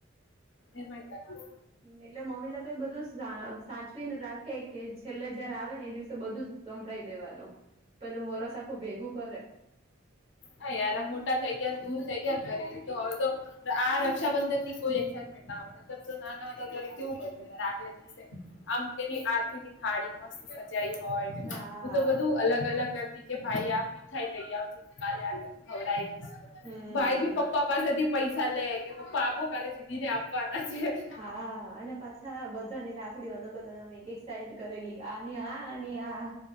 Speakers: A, on the left; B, on the right.
A: એમાય <unintelligible>
B: એટલે મમ્મી લોકો એ બધું સાચવીને રાખે કે છેલ્લે જયારે આવે ને એ દિવસે બધું ગંભળાઈ દેવાનું પેલું વરસ આખું ભેગું કરે
A: હા યાર મોટા થઈ ગયા દૂર થઈ ગયા ને <unintelligible> તો હવે તો આ રક્ષાબંધન ની કોઈ એક્સાાઈટમેન્ટ ના <unintelligible> નાના હતા ત્યારે કેવું હતું યાર આગલે દિવસે આમ તેની આરતીની થાળી મસ્ત સજાઈ હોય ને
B: હા
A: હું તો બધું અલગ અલગ કરતી કે ભાઈ આમ મીઠાઈ લઈ આવ હું તને ખવડઈશ
B: હમ
A: ભાઈ ભી પપ્પા સુધી પૈસા લે કે પપ્પા આપો કાલે દીદી ને આપવાના છે.
B: હા અને પા છા બધાની રાખડી અલગ અલગ આમ એક એક સાઈડ કરેલી આની આ આની આ